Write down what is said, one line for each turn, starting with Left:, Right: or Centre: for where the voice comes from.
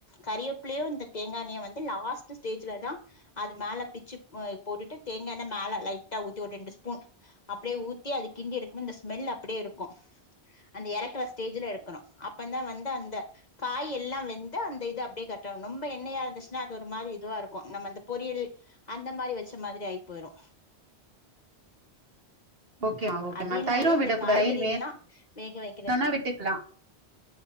Left: கரியேப்புலியு இந்த தேங்கா எண்ணெயு வந்து லாஸ்ட் ஸ்டேஜ்லதா அது மேலே பிச்சு அ போட்டுட்டு தேங்கா எண்ணெ மேல லைட்டா ஊத்தி ஒரு ரெண்டு ஸ் பூன் அப்படியே ஊத்தி அது கிண்டி எடுக்கும்போ இந்த ஸ்மெல் அப்படியேருக்கு அந்த எறக்குற ஸ்டேஜ்ல எறக்கணு அப்பந்தா வந்து அந்த காய் எல்லா வெந்து அந்த இது அப்டியே கட்டு ரொம்ப எண்ணெயா இருந்துச்சுன்னா அது ஒரு மாரி இதுவா இருக்கு நம்ம அந்த பொரியல் அந்த மாரி வெச்ச மாதிரி ஆய் போயிரு
Right: ஓகேமா ஓகேமா
Left: அவியல்னாலே
Right: தயிரு
Left: இந்த
Right: விடக்கூடாது
Left: காய்கறியெல்லா
Right: தயிர்
Left: வேக வைக்கிறத்தா
Right: வேணுனா விட்டுக்கலா